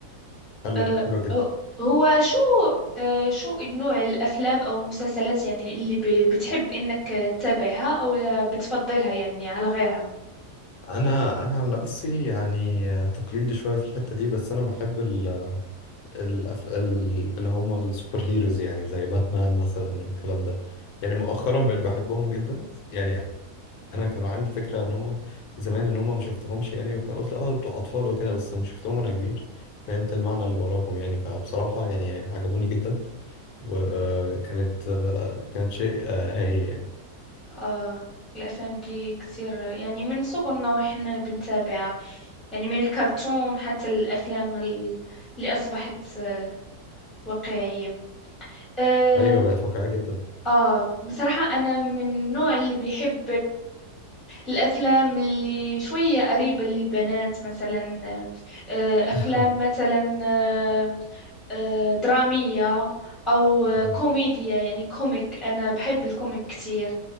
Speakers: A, on the left (about 75°); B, in the centre.
A: حلو
B: آه،
A: حلو جدا
B: آه، هو شو آه، شو نوع الأفلام أو المسلسلات يعني اللي ب- بتحب إنك تتابعها أو لا بتفضلها يعني على غيرها
A: انا انا عن نفسي يعني تقليدي شويه في الحته دي بس انا بحب ال ال ال اللي هم السوبر هيروز يعني زي باتمان مثلا الكلام ده يعني مؤخرا بقيت بحبهم جدا يعني انا كان عندي فكره ان هم زمان ان هم ما شفتهمش يعني وكان قلت اه بتوع اطفال وكده بس ما شفتهم وانا كبير فهمت المعنى اللي وراهم يعني فبصراحه يعني عجبوني جدا وكانت
B: مم.
A: كانت شيء آه، هايل يعني
B: آه الأفلام دي كتير يعني من صغرنا وإحنا بنتابعها يعني من الكرتون حتى الأفلام ال- اللي أصبحت آه، واقعية آه,
A: ايوه بقت واقعيه جدا
B: آه بصراحة أنا من النوع اللي بيحب الأفلام اللي شوية قريبة للبنات مثلا آه، أفلام
A: <laughs>
B: مثلا آه، آه، درامية أو آه،
A: اه
B: كوميديا يعني كوميك أنا بحب الكوميك كتير